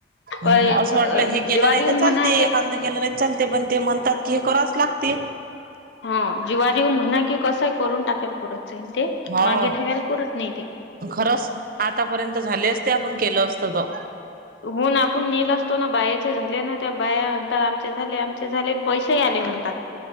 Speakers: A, on the right; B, on the left.
A: हम
B: काय
A: असं वाटलं हे केलं
B: जीवार
A: नाही
B: येऊन
A: तर चालते
B: म्हणा की
A: एखांत केलं नाही चाल ते पण ते म्हणतात की हे करावच लागते.
B: ह जीवारी येऊन म्हणा की कसंय करून टाकाेल पुरत जाईन ते,
A: हो
B: मागे ठेवायला पुरत नाही ते.
A: खरंच आतापर्यंत झाले असते आपण केलं असतो त.
B: होना आपण निल असतो ना बायाचे झाले ना त्या बाया म्हणतात आमचे झाले आमचे झाले आणि पैसेही आले म्हणतात.